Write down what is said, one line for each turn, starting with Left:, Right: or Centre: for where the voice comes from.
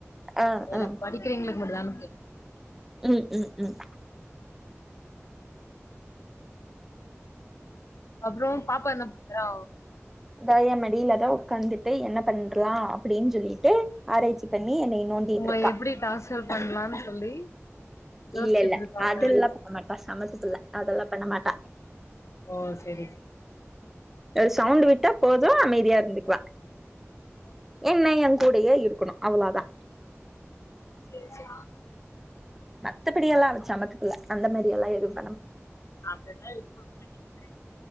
Centre: ஆஹ்
Left: அதுல
Centre: ஆஹ்
Left: படிக்கிற எங்களுக்கு மட்டும்தான தெரியும்
Centre: உம் உம் உம்
Left: அப்றோம் பாப்பா என்ன பண்ணறா
Centre: இந்தா ஏ மடியிலதா உட்காந்துட்டு என்ன பண்ற்லாம் அப்டின்னு சொல்லிட்டு ஆராய்ச்சி பண்ணி ணி என்ன நோண்டிட்டு
Left: உங்கள
Centre: இருக்கா
Left: எப்படி டார்ச்சர் பண்ணலான்னு சொல்லி யோசிச்சுட்டு
Centre: இல்ல இல்ல
Left: இருக்காங்க.
Centre: அதுல்லாம் பண்ண மாட்டா சமத்து அதெல்லாம் பண்ண மாட்டா
Left: ஓ சரி ச
Centre: ஒரு சவுண்ட் விட்டா போதும் அமைதியா இருந்துக்குவா
Left: ஓகே.
Centre: என்ன எ கூடையே இருக்கணும் அவ்வளதா
Left: செரி செரி
Centre: மத்தபடி எல்லா அவ சமத்து புள்ள அந்த மாரி எல்லாம் எதுவும்
Left: அப்டிப்னா இப்ப படி <unintelligible>